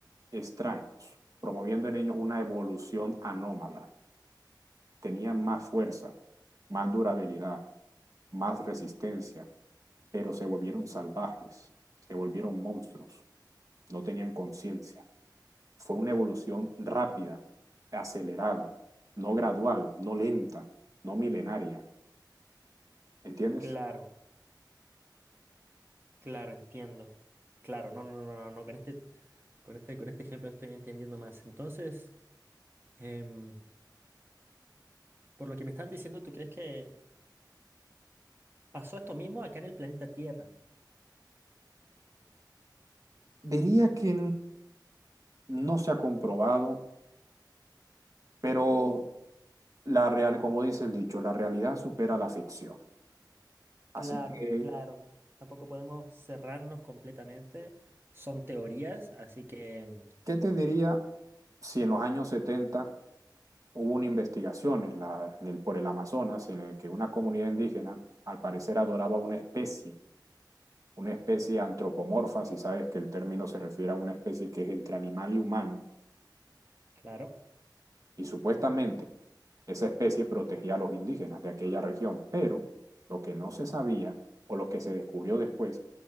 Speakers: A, on the right (about 45°); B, on the right (about 30°).
A: extraños, promoviendo en ellos una evolución anómala. Tenían más fuerza, más durabilidad, más resistencia, pero se volvieron salvajes, se volvieron monstruos, no tenían conciencia. fue una evolución rápida, acelerada, no gradual, no lenta, no milenaria, ¿entiendes?
B: claro. Claro, entiendo. Claro, no, no, no, no, no, con este, con este, con este ejemplo estoy entendiendo más. Entonces, em, por lo que me estás diciendo, ¿tú crees que pasó esto mismo acá en el planeta Tierra?
A: Diría que no se ha comprobado, pero la real, como dice el dicho, la realidad supera la ficción. Así
B: Claro,
A: que,
B: claro. Tampoco podemos cerrarnos completamente. Son teorías, así que,
A: ¿qué te diría si en los años setenta hubo una investigación en la, en el, por el Amazonas en el que una comunidad indígena al parecer adoraba una especie, una especie antropomorfa, si sabes que el término se refiere a una especie que es entre animal y humano,
B: claro.
A: y supuestamente esa especie protegía a los indígenas de aquella región, pero lo que no se sabía o lo que se descubrió después